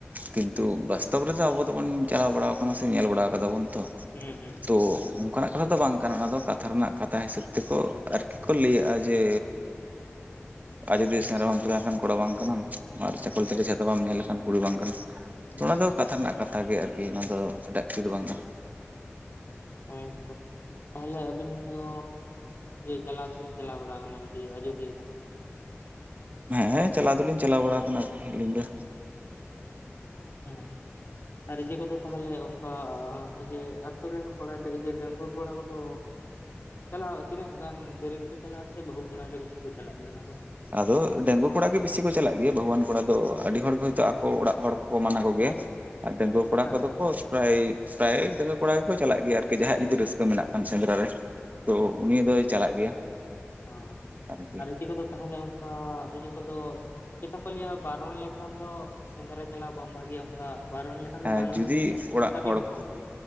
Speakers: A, on the right (about 35°); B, on the left (about 55°).
A: ᱠᱤᱱᱛᱩ
B: ᱟᱪᱪᱷᱟ
A: ᱵᱟᱥᱛᱚᱵ ᱨᱮᱫᱚ ᱟᱵᱚ ᱫᱚᱵᱚᱱ ᱪᱟᱞᱟᱣ ᱵᱟᱲᱟ ᱠᱟᱱᱟ ᱥᱮ ᱧᱮᱞ ᱵᱟᱲᱟ ᱠᱟᱫᱟ ᱵᱚᱱ ᱛᱚ᱾
B: ᱦᱩᱸ ᱦᱩᱸ
A: ᱛᱚ ᱚᱱᱠᱟᱱᱟᱜ ᱠᱟᱛᱷᱟ ᱫᱚ ᱵᱟᱝ ᱠᱟᱱᱟ᱾ ᱚᱱᱟ ᱫᱚ ᱠᱟᱛᱷᱟ ᱨᱮᱱᱟᱜ ᱠᱟᱛᱷᱟ ᱦᱤᱥᱟᱹᱵᱽ ᱛᱮᱠᱚ ᱟᱨᱠᱤ ᱠᱚ ᱞᱟᱹᱭ ᱟᱫᱼᱟ ᱡᱮ, ᱟᱡᱽᱫᱤᱭᱟᱹ
B: ᱦᱮᱸ
A: ᱥᱮᱸᱫᱽᱨᱟ ᱵᱟᱢ ᱪᱟᱞᱟᱣ ᱞᱮᱱ ᱠᱷᱟᱱ ᱠᱚᱲᱟ ᱵᱟᱝ ᱠᱟᱱᱟᱢ ᱟᱨ
B: ᱦᱮᱸ
A: ᱪᱟᱠᱟᱞ ᱛᱟᱲᱤ ᱪᱷᱟᱛᱟ ᱵᱟᱢ ᱧᱮᱞ ᱞᱮᱠᱷᱟᱱ ᱠᱩᱲᱤ ᱵᱟᱝ ᱠᱟᱱᱟᱢ᱾ ᱛᱚ
B: ᱟᱪᱪᱷᱟ
A: ᱚᱱᱟ ᱫᱚ ᱠᱟᱛᱷᱟ ᱨᱮᱱᱟᱜ ᱠᱟᱛᱷᱟ ᱜᱮ ᱟᱨᱠᱤ, ᱚᱱᱟ ᱫᱚ ᱮᱴᱟᱜ ᱠᱤᱪᱷᱩ ᱫᱚ ᱵᱟᱝ ᱠᱟᱱᱟ᱾
B: ᱦᱳᱭ ᱛᱚ ᱛᱟᱦᱚᱞᱮ ᱟᱹᱵᱤᱱ ᱫᱚ ᱪᱟᱞᱟᱣ ᱛᱚᱵᱤᱱ ᱪᱟᱞᱟᱣ ᱵᱟᱲᱟ ᱟᱠᱟᱱᱟ ᱡᱮ ᱟᱡᱽᱫᱤᱭᱟᱹ ᱫᱚ?
A: ᱦᱮᱸ ᱦᱮᱸ ᱪᱟᱞᱟᱣ ᱫᱚᱞᱤᱧ ᱪᱟᱞᱟᱣ ᱵᱟᱲᱟ ᱟᱠᱟᱱᱟ ᱟᱨᱠᱤ ᱟᱹᱞᱤᱧ ᱫᱚ᱾
B: ᱦᱮᱸ᱾ ᱟᱨ ᱤᱡᱮ ᱠᱚᱫᱚ ᱛᱟᱦᱚᱞᱮ ᱚᱱᱠᱟ ᱡᱮ ᱟᱛᱚ ᱨᱮᱱ ᱠᱚᱲᱟ ᱰᱟᱺᱜᱩᱣᱟᱹ ᱠᱚᱲᱟ ᱠᱚᱫᱚ ᱪᱟᱞᱟᱜᱼᱟ᱾ ᱛᱤᱱᱟᱹᱜ ᱜᱟᱱ ᱫᱷᱮᱨ ᱜᱮᱠᱚ ᱪᱟᱞᱟᱜᱼᱟ ᱥᱮ ᱵᱟᱹᱦᱩ ᱠᱚᱲᱟ ᱜᱮ ᱵᱤᱥᱤ ᱠᱚ ᱪᱟᱞᱟᱜ ᱜᱮᱭᱟ? ᱠᱚᱫᱚ
A: ᱟᱫᱚ ᱰᱟᱹᱝᱣᱟᱹ ᱠᱚᱲᱟ ᱜᱮ ᱵᱤᱥᱤ ᱠᱚ ᱪᱟᱞᱟᱜ ᱜᱮᱭᱟ᱾ ᱵᱟᱹᱦᱩᱣᱟᱱ ᱠᱚ ᱫᱚ ᱟᱹᱰᱤ ᱦᱚᱲ
B: ᱦᱮᱸ
A: ᱜᱮ ᱦᱳᱭ ᱛᱚ ᱟᱠ ᱚ ᱚᱲᱟᱜ ᱦᱚᱲ ᱠᱚᱠᱚ ᱢᱟᱱᱟ ᱠᱚᱜᱮᱭᱟ ᱟᱨ ᱰᱟᱺᱜᱩᱣᱟᱹ ᱠᱚᱲᱟ
B: ᱦᱮᱸ
A: ᱠᱚᱫᱚ ᱠᱚ ᱯᱨᱟᱭ ᱯᱨᱟᱭ ᱰᱟᱺᱜᱟᱹᱣᱟᱹ ᱠᱚᱲᱟ ᱜᱮᱠᱚ ᱪᱟᱞᱟᱜ ᱜᱮᱭᱟ ᱟᱨᱠᱤ, ᱡᱟᱦᱟᱸᱭᱟᱜ ᱡᱩᱫᱤ ᱨᱟᱹᱥᱠᱟᱹ ᱢᱮᱱᱟᱜ ᱠᱷᱟᱱ ᱥᱮᱸᱫᱽᱨᱟ ᱨᱮ ᱛᱚ
B: ᱟᱪᱪᱷᱟ ᱟᱪᱪᱷᱟ
A: ᱩᱱᱤ ᱫᱚᱭ ᱪᱟᱞᱟᱜ ᱜᱮᱭᱟ
B: ᱦᱮᱸ
A: ᱟᱨᱠᱤ᱾
B: ᱟᱨ ᱤᱭᱟᱹ ᱠᱚᱫᱚ ᱛᱟᱦᱚᱞᱮ ᱚᱱᱠᱟ ᱤᱭᱟᱹ ᱠᱚᱫᱚ ᱪᱮᱛᱟ ᱠᱚ ᱞᱟᱹᱭᱟ ᱵᱟᱨᱚᱱ ᱞᱮᱠᱷᱟᱱ ᱫᱚ ᱥᱮᱸᱫᱽᱨᱟ ᱪᱟᱞᱟᱣ ᱵᱟᱝ ᱵᱷᱟᱹᱜᱮᱭᱟ᱾ ᱚᱱᱠᱟ ᱵᱟᱨᱚᱱ ᱞᱮᱠᱷᱟᱱ ᱫᱚ
A: ᱟᱨ
B: ᱵᱟᱝ
A: ᱡᱩᱫᱤ
B: ᱵᱷᱟᱜᱮᱭᱟ
A: ᱚᱲᱟᱜ
B: ᱪᱮᱠᱟ
A: ᱦᱚᱲ
B: ᱵᱤᱱ ᱢᱚᱱᱮᱭᱟ,
A: ᱠᱚ
B: ᱟᱵᱤᱱ